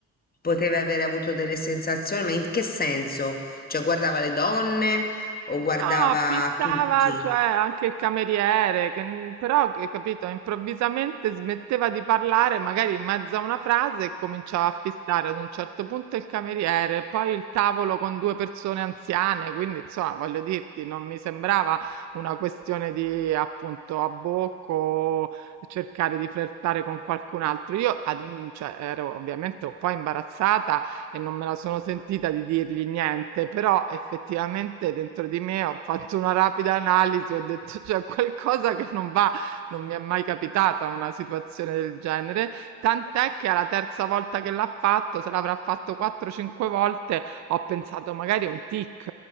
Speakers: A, on the left (about 30°); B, on the right (about 65°).
A: potevi avere avuto delle sensazioni, ma in che senso? Cioè, guardava le donne o guardava
B: No, pistava,
A: tutti?
B: cioè, anche il cameriere, che, n- però, che, capito, improvvisamente smetteva di parlare, magari in mezzo a una frase, e cominciava a fissare ad un certo punto il cameriere, poi il tavolo con due persone anziane, quindi, insomma, voglio dirti, non mi sembrava una questione di, appunto, a bocco, cercare di flirtare con qualcun altro. Io, ad un, cioè, ero ovviamente un po' imbarazzata e non me la sono sentita di dirgli niente, però effettivamente dentro di me ho fatto una rapida analisi, ho detto <laughs> c'è qualcosa che non va, non mi è mai capitata una situazione del genere, tant'è che alla terza volta che l'ha fatto, se l'avrà fatto 4-5 volte, ho pensato magari è un tic,